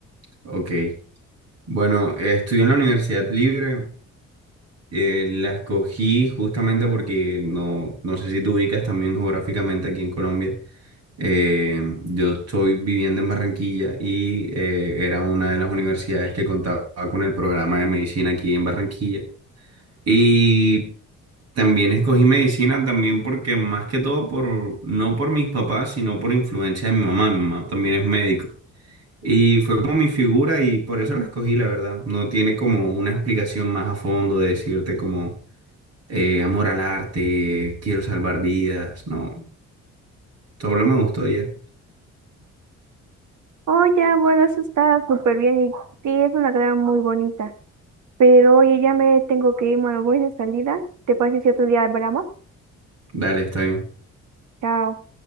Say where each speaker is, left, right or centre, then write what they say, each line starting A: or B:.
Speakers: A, on the right (about 55°); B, on the right (about 70°).
A: ok. Bueno, eh, estudio en la Universidad Libre Eh, la escogí justamente porque no, no sé si te ubicas también geográficamente aquí en Colombia. Eh, yo estoy viviendo en Barranquilla y eh, era una de las universidades que contaba con el programa de medicina aquí en Barranquilla. Y también escogí medicina también porque más que todo por, no por mis papás, sino por influencia de mi mamá. Mi mamá también es médico. Y fue como mi figura y por eso la escogí, la verdad. No tiene como una explicación más a fondo de decirte como eh, amor al arte, quiero salvar vidas, no, solo me gustó ya.
B: Oh, ya, bueno, eso está súper bien y sí, es una carrera muy bonita. Pero oye, ya me tengo que ir, bueno, voy de salida. ¿Te parece si otro día hablamos?
A: Dale, está bien.
B: Chao.